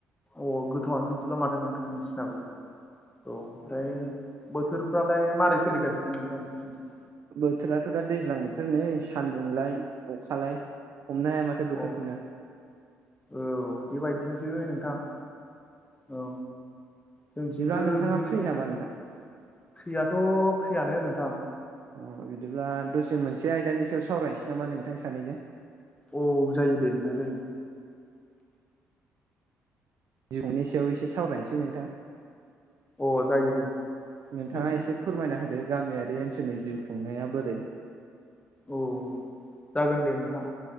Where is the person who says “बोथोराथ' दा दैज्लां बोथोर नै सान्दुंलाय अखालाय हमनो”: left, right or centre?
Right